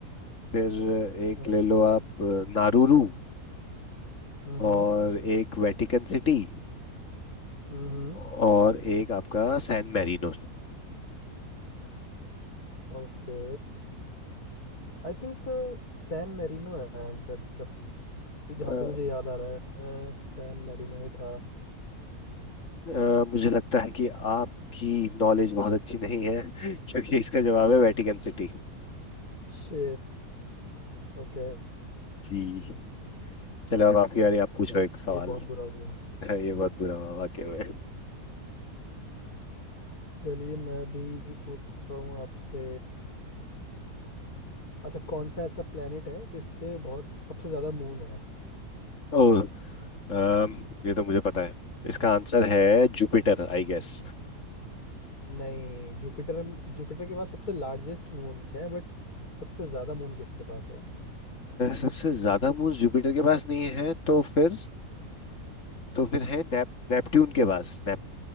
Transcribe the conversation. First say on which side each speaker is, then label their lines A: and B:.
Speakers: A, on the left; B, on the left.
A: फिर एक
B: हम्म
A: ले लो आप अ, नारुरू
B: हम्म
A: और एक वेटिकन सिटी
B: हम्म,
A: और एक आपका सैन मैरिनो
B: okay I think San Marino है आंसर इसका कि जहाँ
A: अ,
B: तक मुझे याद आ रहा है सैन मेरिनो ही था
A: अ, मुझे लगता है कि आपकी नॉलेज बहुत अच्छी नहीं है <laughs> क्योंकि इसका जवाब है वेटिकन सिटी
B: शिट ओके
A: जी चलो अब आपकी बारी आप पूछो एक सवाल
B: ये बहुत
A: <laughs>
B: बुरा हुआ
A: ये बहुत बुरा हुआ वाकई में
B: चलिए मैं भी पूछता हूँ आपसे अच्छा कौन सा ऐसा प्लेनेट है जिसके बहुत सबसे ज्यादा मून है
A: ओह अम, ये तो मुझे पता है इसका आंसर है जुपिटर आई गेस
B: नहीं जुपिटर जुपिटर के पास सबसे लार्जेस्ट मून है बट सबसे ज्यादा मून किसके पास है
A: सबसे ज्यादा मून जुपिटर के पास नहीं है तो फिर तो फिर है नेप, नेपट्यून के पास नेप